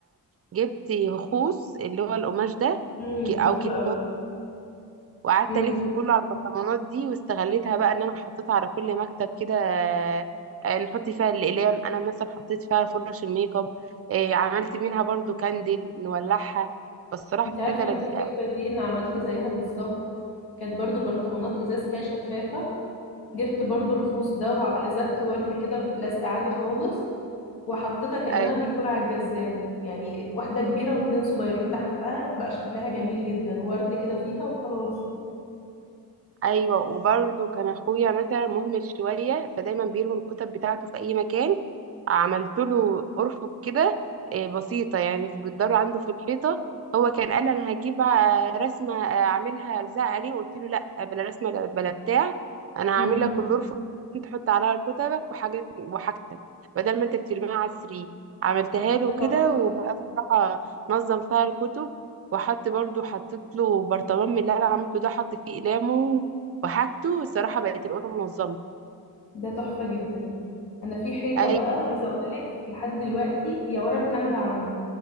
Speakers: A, on the right; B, on the left.
A: جبت خوص اللي هو القماش ده
B: امم
A: ك- او
B: حلوه
A: كتان
B: قوي
A: وقعدت
B: امم
A: الف كله على البرطمانات دي واستغليتها بقى ان انا حطيتها على كل مكتب كده آه، آه، نحط فيها الاقلام انا مثلا حطيت فيها فرش الميك اب آه، عملت منها برضو كاندل نولعها فالصراحه
B: انت
A: فكرتها
B: عارفه
A: لذيذه
B: ان الفكره
A: قوي
B: دي انا عملت زيها بالظبط كانت برضو برطمانات ازاز كده شفافه جبت برضو الخوص ده وعلزقت ورد كده بلزق عادي خالص وحطيتها كانها
A: اه
B: ديكور على الجزامه يعني واحده كبيره واتنين صغيرين تحتها بقى شكلها جميل جدا ورد كده فيها وخلاص
A: ايوه وبرده كان اخويا مثلا مهمل شويه فدايما بيرمي الكتب بتاعته في اي مكان عملت له ارفف كده آه، بسيطه يعني في جدار عنده في الحيطه هو كان قال انا هجيب آه، رسمه آه، اعملها الزق عليه قلت له لا بلا رسمه لا- بلا بتاع انا هعمل
B: امم
A: لك الارفف انت تحط عليها كتبك وحاجات وحاجتك بدل ما انت بترميها على السرير عملتها له
B: ده
A: كده
B: تحفه
A: وبقى بصراحه نظم فيها الكتب وحط برضو حطيت له برطمان من اللي انا عملته ده حط فيه اقلامه وحاجته الصراحة بقت الأوضة منظمة
B: ده تحفة جدا انا في حيطة
A: أي
B: بقى عايزة اقول لك لحد دلوقتي هي ورا الكنبة عندي